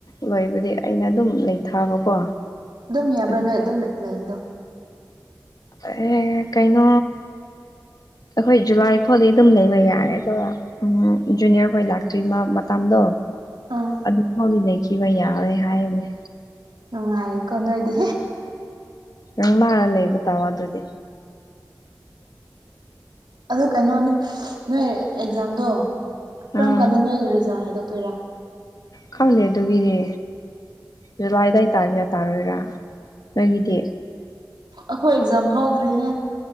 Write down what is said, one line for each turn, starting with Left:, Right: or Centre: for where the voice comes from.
Left: ꯂꯣꯏꯕꯗꯤ ꯑꯩꯅ ꯑꯗꯨꯝ ꯂꯩꯊꯥꯕꯀꯣ
Right: ꯑꯗꯨꯝ ꯌꯥꯕ꯭ꯔꯥ
Left: ꯑꯗꯨꯒꯤ
Right: ꯅꯣꯏ ꯑꯗꯨꯝ ꯂꯩꯕꯗꯣ
Left: ꯑꯦ ꯀꯩꯅꯣ ꯑꯩꯈꯣꯏ ꯖꯨꯂꯥꯏ ꯐꯥꯎꯗꯤ ꯑꯗꯨꯝ ꯂꯩꯕ ꯌꯥꯔꯦ ꯇꯣ ꯎꯝ ꯖꯨꯅꯤꯌꯔ ꯍꯣꯏ ꯂꯥꯛꯇ꯭ꯔꯤꯃ ꯃꯇꯝ ꯗꯣ
Right: ꯑꯥ
Left: ꯑꯗꯨꯐꯥꯎꯗꯤ ꯂꯩꯈꯤꯕ ꯌꯥꯔꯦ ꯍꯥꯏꯕꯅꯦ
Right: ꯅꯨꯡꯉꯥꯏ ꯏꯀꯣ ꯅꯣꯏꯗꯤ
Left: ꯅꯪ ꯃꯥꯔ ꯂꯩꯕ ꯇꯥꯕ ꯑꯗꯨꯗꯤ
Right: ꯑꯗꯨ ꯀꯩꯅꯣꯅꯤ ꯅꯣꯏ ꯑꯦꯛꯖꯥꯝꯗꯣ ꯀꯔꯝ
Left: ꯎꯝ
Right: ꯀꯥꯟꯗ ꯅꯣꯏꯒꯤ ꯔꯤꯖꯜ ꯍꯥꯏꯗꯣꯛ ꯀꯔꯤ ꯔ
Left: ꯈꯪꯗꯦ ꯑꯗꯨꯒꯤꯗꯤ ꯖꯨꯂꯥꯏ ꯑꯗꯥꯏ ꯇꯥꯒꯦꯔ ꯇꯥꯔꯣꯏꯔ ꯅꯣꯏꯒꯤꯗꯤ
Right: ꯑꯈꯣꯏ ꯑꯦꯛꯖꯥꯝ ꯍꯧꯗ꯭ꯔꯤꯍꯦ